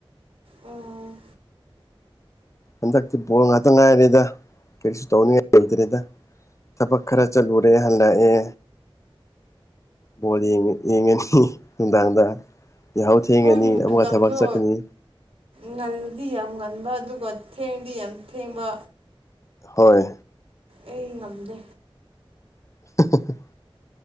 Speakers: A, on the right (about 85°); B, on the left (about 30°).
A: ꯑꯣ
B: ꯍꯟꯗꯛꯇꯤ ꯕꯣꯜ ꯉꯥꯛꯇ ꯉꯥꯏꯔꯦꯗ ꯀꯔꯤꯁꯨ ꯇꯧꯅꯤꯡꯉꯥꯏ ꯂꯩꯇ꯭ꯔꯦꯗ ꯊꯕꯛ ꯈꯔ ꯆꯠꯂꯨꯔꯦ ꯍꯜꯂꯛꯑꯦ ꯕꯣꯜ ꯌꯦꯡꯉꯤ ꯌꯦꯡꯉꯅꯤ ꯅꯨꯡꯗꯥꯡꯗ ꯌꯥꯍꯧ ꯊꯦꯡꯉꯅꯤ
A: ꯃꯣꯏꯒꯤ ꯃꯇꯝꯗꯣ
B: ꯑꯃꯨꯛꯀ ꯊꯕꯛ ꯆꯠꯀꯅꯤ
A: ꯉꯜꯂꯗꯤ ꯌꯥꯝ ꯉꯟꯕ ꯑꯗꯨꯒ ꯊꯦꯡꯗꯤ ꯌꯥꯝ ꯊꯦꯡꯕ
B: ꯍꯣꯏ
A: ꯑꯩ ꯉꯝꯗꯦ
B: <unintelligible>